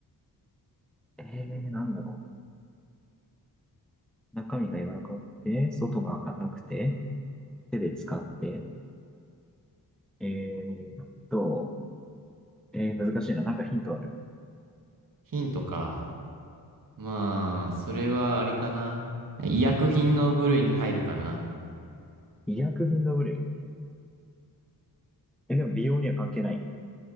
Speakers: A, in the centre; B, on the right.
A: えー、なんだろう。中身が柔らかくて、外が硬くて、手で使って、えーっと、えー、難しいな。なんかヒントある。
B: ヒントか。まあ、それはあれかな。医薬品の部類に入るかな。
A: 医薬品の部類。え、でも美容には関係ない。